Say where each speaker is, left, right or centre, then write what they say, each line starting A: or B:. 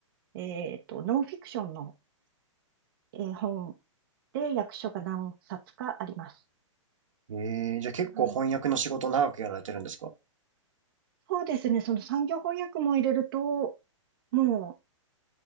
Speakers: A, on the right; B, on the right.
A: えっと、ノンフィクションの、えー本で訳書が何冊かあります。
B: えー、じゃあ結構翻訳の仕事長くやられてるんですか
A: はいそうですね、その産業翻訳も入れると、も